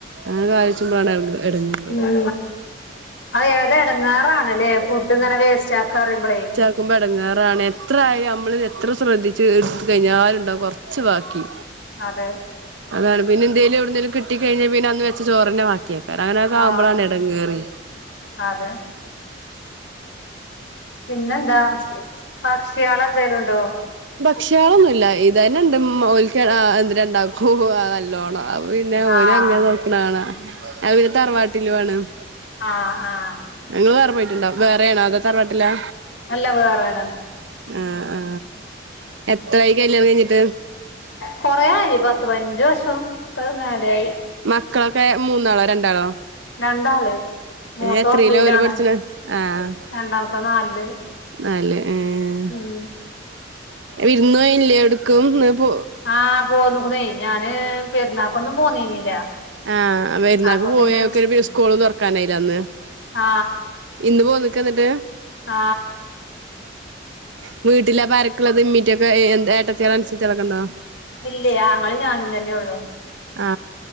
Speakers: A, on the right; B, on the left.
A: ഞ കാചുമ്പളാണ് ഇടങ്ങാറ്
B: ഉ അ ഏറെ ഇടങ്ങാറാണല്ലേ ഫുഡ് ഇങ്ങനെ വേസ്റ്റ് ആക്കാ അറുമ്പോളേ
A: നക്കുമ്പ ഇടങ്ങാറാണ് എത്ര ആാലും നമ്മള് എത്ര ശ്രദ്ധിച്ച് എടുത്ത കഴിഞ്ഞാലും ഉണ്ടാവകും കൊറച്ച് ബാക്കി
B: അതെ
A: അതാണ് പിന്നെന്തേലും എവിടുന്നേലും കിട്ടികഴിഞ്ഞാൽ പിന്ന അന്ന് വെച്ച ചോറിനെ യക്കാർ അങ്ങനൊക്കെ
B: ആ
A: ആവുമ്പോളാണ് ഇടംകേറ്
B: അതെ പിന്നെന്താ പക്ഷികളെന്തേലും ഉണ്ടോ
A: പക്ഷികളൊന്നുമില്ല ഇതന്നെ ഇണ്ട് മോള്ക്ക് എന്തി രണ്ടാൾക്കു നല്ലോണം അ പിന്നെ
B: ആഹ്
A: ഒരു അ നോക്കണാണ ഞാൻ പിന്നെ തറവാട്ടില് വേണം
B: അ ആ
A: ഞങ്ങള് വേറെ പോയിട്ടുണ്ടോ വേറെയാണോ അതൊ തറവാട്ടിലൊ
B: നല്ല വേറെന
A: അ ആ എത്ര ആയി കല്യാണം കഴിഞ്ഞിട്ട്
B: കൊറെയായി പത്ത് പതിനഞ്ച വർഷം ഒക്കെ മേല ആയി
A: ക്കളൊക്കെ മൂന്നാളോ രണ്ടാളോ
B: രണ്ടാള് മൂത്തോ
A: എത്രയിലാ
B: മ്പലാണ്
A: ഓല് പഠിച്ചണെ ആഹ്
B: രണ്ടാമത്തോ നാലില്
A: നാല് ങ്ങ്
B: ഉം
A: വിരുന്നു പോയില്ലേ എവിടേക്കും ങ്‌ പോ
B: ആ പോന്ന് കുണേ ഞാന് പെരുന്നാക്കൊന്നും പോന്നീനില്ല
A: ആഹ വരുന്നാൾക്ക്
B: അപ്പൊ
A: പോയൊക്കെ
B: പിന്നെ
A: ഒരു സ്കൂളന്ന് തുറക്കാനായില്ല അന്ന്
B: ആ
A: ഇന്ന് പോ നിക്ക് എന്നിട്ട്
B: ആ
A: മ് വീട്ടിലാ പ്പ രക്കുള്ളത് ഇമ്മീറ്റൊക്കെ എ ഏട്ടത്തിയാ അനുസത്തികളൊക്കണ്ടോ
B: ഇല്ല ആങ്ങളയും ഞാനും തന്നെ ഉള്ളു
A: ആ